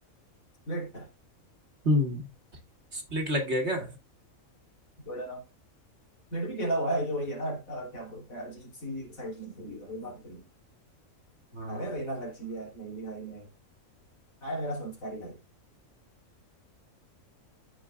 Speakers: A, on the left; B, on the right.
A: स्प्लिट
B: हम्म स्प्लिट लग गया क्या
A: Good enough स्प्लिट भी खेला हुआ है ये वही है ना आ, क्या बोलते हैं अजीब सी एक्साइटमेंट होगी बात करी
B: हाँ
A: अरे रहना का चाहिए नहीं नहीं भाई ने हाय मेरा संस्कारी भाई